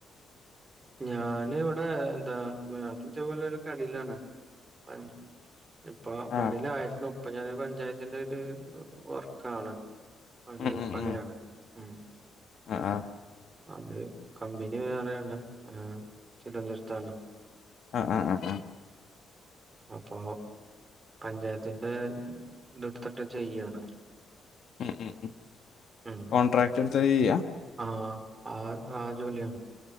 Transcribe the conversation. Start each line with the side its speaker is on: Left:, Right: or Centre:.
Right: ഞാന് ഇവിടെ ന്താ <unintelligible> പോലൊരു കടയിലാണ് പൻ- ഇപ്പൊ കടയിൽ
Left: ആഹ്
Right: ആയിരുന്നു ഇപ്പം ഞൻ ഒരു പഞ്ചായത്തിന്റെ ഒരു വർക്കാണ് അത്
Left: ഉം ഉം
Right: പണിയാണ്
Left: ഉം
Right: ഉം
Left: ആഹ് ആഹ്
Right: അത് കമ്പനി വേറെയാണ് ആഹ് തിരുവനന്തപുരത്താണ്
Left: ആഹ് ആഹ് ആഹ് ആഹ്
Right: അപ്പൊ പഞ്ചായത്തിന്റെ ദിട്ത്തിട്ട് ചെയ്യാണ്
Left: ഉം ഉം ഉം
Right: ഉം
Left: കോണ്ട്രക്ട് എടുത്തിട്ട് ചെയ്യാ
Right: ആഹ് ആഹ് ആഹ് ജോലിയാ